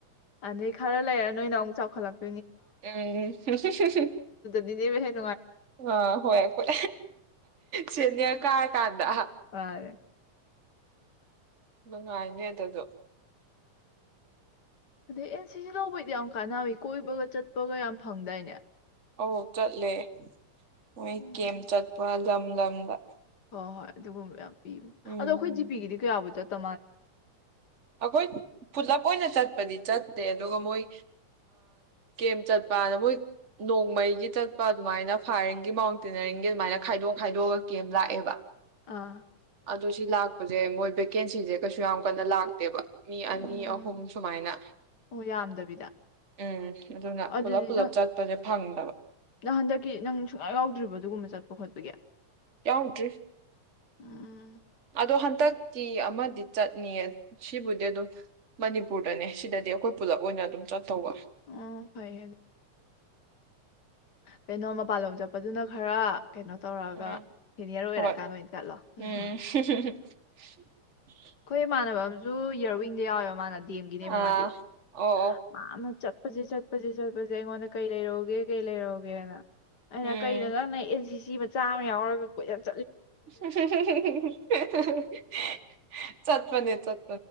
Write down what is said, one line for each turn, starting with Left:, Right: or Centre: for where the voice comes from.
Left: ꯑꯗꯩ ꯈꯔ ꯂꯩꯔꯦ ꯅꯣꯏꯅ ꯑꯃꯨꯛ ꯆꯥꯎꯈꯠꯂꯛꯄꯦ
Right: ꯎꯝ ꯁꯁ ꯁꯁ
Left: ꯗꯤ
Right: ꯑ ꯍꯣꯏꯣꯏ ꯁꯦꯅꯤꯌ ꯀꯥ ꯇ ꯗ
Left: ꯃꯥꯅꯦ
Right: ꯕꯉꯥꯏꯅꯦ ꯑꯗꯨꯗꯣ
Left: ꯑꯗꯩ ꯑꯦꯟ ꯁꯤꯁ ꯂꯧꯕꯩꯗꯤ ꯌꯥꯝ ꯀꯥꯟꯅꯃꯤ ꯀꯣꯏꯕꯒ ꯆꯠꯄꯒ ꯌꯥꯝ ꯐꯪꯗꯏꯅꯦ
Right: ꯑꯣ ꯆꯠꯂꯦ ꯍ
Left: ꯎꯝ
Right: ꯦꯦꯝ ꯆꯠꯄꯜ ꯂꯝꯝ ꯂꯝ ꯂꯝꯗ
Left: ꯍꯣꯏ ꯍꯣꯏ ꯑꯗꯨꯒꯨꯝꯕ ꯌꯥꯝ
Right: ꯎꯝ
Left: ꯑꯗꯣ ꯑꯩꯈꯣꯏ ꯖꯤꯄꯤꯒꯤꯗꯤ ꯀꯌꯥꯕꯨꯖꯣ ꯇ
Right: ꯑꯩꯈꯣꯏ ꯄꯨꯂꯞ ꯑꯣꯏꯅ ꯆꯠꯄꯗꯤ ꯆꯠꯇꯦ ꯑꯗꯨꯒ ꯃꯣꯏ ꯀꯦꯝ ꯆꯠꯄꯅ ꯃꯣꯏ ꯅꯣꯡꯃꯩꯒꯤ ꯆꯠꯄ ꯑꯗꯨꯃꯥꯏꯅ ꯐꯥꯏꯔꯤꯡꯒꯤ ꯃꯥꯎꯟꯇꯦꯅꯔꯤꯡꯒꯤ ꯑꯗꯨꯃꯥꯏꯅ ꯈꯥꯏꯗꯣꯛ ꯈꯥꯏꯗꯣꯛꯑꯒ ꯀꯦꯝ ꯂꯥꯛꯑꯦꯕ
Left: ꯑꯥ
Right: ꯑꯗ ꯁꯤ ꯂꯥꯛ ꯍꯧꯖꯤꯦ ꯃꯣꯏ ꯚꯦꯀꯦꯟꯁꯤꯁꯦ ꯀꯩꯁꯨ ꯌꯥꯝ ꯀꯟꯅ ꯂꯥꯛ ꯕ ꯃꯤ
Left: ꯎꯝ
Right: ꯑꯅꯤ ꯑꯍꯨꯝ ꯁꯨꯃꯥꯏꯅ
Left: ꯑꯣ ꯌꯥꯝꯗꯕꯤꯗ
Right: ꯎꯝ ꯑꯗꯨꯅ
Left: ꯑꯗꯨꯗꯤ
Right: ꯄꯨꯂꯞ ꯄꯨꯂꯞ
Left: ꯅꯪ
Right: ꯆꯠꯄꯁꯦ ꯊꯪꯗꯕ
Left: ꯅꯪ ꯍꯟꯗꯛꯀꯤ ꯅꯪ ꯁꯨꯡꯌꯥ ꯌꯥꯎꯗ꯭ꯔꯤꯕ ꯑꯗꯨꯒꯨꯝꯕ ꯆꯠꯄ ꯈꯣꯠꯄꯒꯤ
Right: ꯌꯥꯎꯔꯤ
Left: ꯎꯝ
Right: ꯑꯗꯣ ꯍ ꯍꯥꯛꯇꯛꯀꯤ ꯑꯃꯗꯤ ꯆꯠꯅꯤ ꯁꯤꯕꯨꯗꯤ ꯑꯗꯨꯝ ꯃꯅꯤꯄꯨꯔꯗꯅꯦ ꯁꯤꯗꯗꯤ ꯑꯩꯈꯣꯏ ꯄꯨꯂꯞ ꯑꯣꯏꯅ ꯑꯗꯨꯝ ꯆꯠꯇꯧꯕ
Left: ꯎꯝ ꯐꯩꯌꯦ ꯀꯩꯅꯣ ꯃꯄꯥꯟꯂꯣꯝ ꯆꯠꯄꯗꯨꯅ ꯈꯔ ꯀꯩꯅꯣ ꯇꯧꯔꯒ
Right: ꯎꯝ
Left: ꯁꯦꯅꯤꯌꯔ ꯑꯣꯏꯔꯀꯥꯟꯗ
Right: ꯍꯣꯏ
Left: ꯑꯣꯏꯅ ꯆꯠꯂꯣ
Right: ꯎꯝ
Left: ꯎꯝꯝ
Right: <unintelligible>
Left: ꯑꯩꯈꯣꯏ ꯏꯃꯥꯟꯅꯕ ꯑꯝꯨ ꯏꯔꯋꯤꯡꯗ ꯌꯥꯎꯋꯦꯕ ꯃꯥꯟꯅꯗ ꯗꯦꯝꯒꯤꯅꯦꯕ
Right: ꯑꯥ
Left: ꯃꯥꯗꯤ
Right: ꯑꯣ ꯑꯣ
Left: ꯃꯥꯅ ꯆ ꯆꯠꯄꯁꯤ ꯆꯠꯄꯁꯤ ꯆꯠꯄꯁꯤꯦ ꯑꯩꯉꯣꯟꯗ ꯀꯩ ꯂꯩꯔꯧꯒꯦ ꯀꯩ ꯂꯩꯔꯧꯒꯦꯅ ꯑꯩꯅ
Right: ꯎꯝ
Left: ꯀꯩꯅꯗꯥꯅꯁꯤ ꯆꯤ ꯃꯆꯥ ꯑꯃ ꯌꯥꯎꯔꯒ ꯀꯣꯏ <unintelligible>
Right: <unintelligible> ꯆꯠꯄꯅꯦ ꯆꯠ